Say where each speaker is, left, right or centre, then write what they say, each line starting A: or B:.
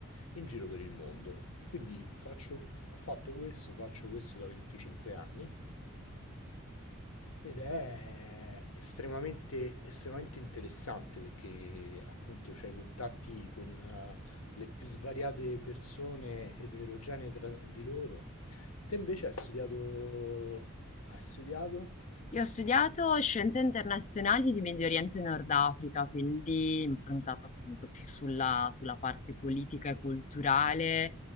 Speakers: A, on the left (about 75°); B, on the left (about 30°).
A: in giro per il mondo. Quindi faccio- ho fatto questo, faccio questo da 25 anni ed è estremamente, estremamente interessante perché appunto c'hai contatti con eh, le più svariate persone eterogenee tra di loro. E te invece hai studiato... Hai studiato?
B: Io ho studiato scienze internazionali di Medio Oriente e Nord Africa, quindi improntato appunto più sulla, sulla parte politica e culturale